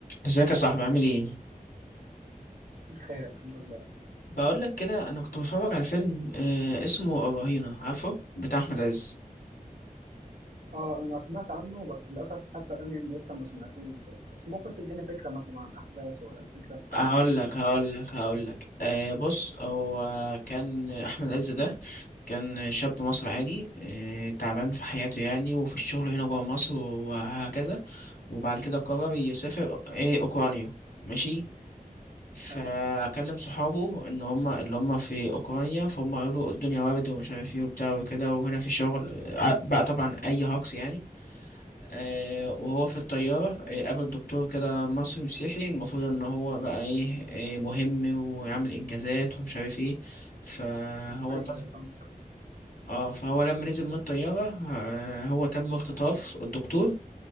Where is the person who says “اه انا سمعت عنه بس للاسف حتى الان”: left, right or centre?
Right